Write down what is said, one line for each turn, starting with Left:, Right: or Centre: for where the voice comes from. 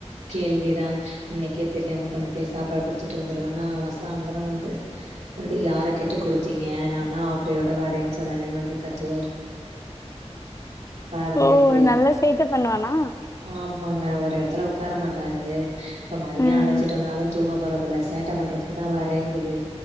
Right: கேள்விதா இன்னைக்கே தெரியாம கொண்டு போய் சாப்பாடு குடுத்துட்டு வந்துருவன்னா சாந்திரம் வந்து வந்து, யார கேட்டு குடுத்தீங்க நாந்தா ஆஃப்டேயோட வரேன்னு சொன்னேனேன்னு வந்து கத்துவாரு. பாருங்க
Left: ஓ!
Right: எப்டிலாம்
Left: நல்ல சேட்ட பண்ணுவானா?
Right: ஆமாங்க. ஒரு எடத்துல ஒக்கார மாட்டாரு. இப்போ மதியோ
Left: ம்.
Right: அழச்சிட்டு வந்தாலு தூங்க போறதில்ல. சேட் ட்ட பண்றதுக்கு தா வரேங்குது.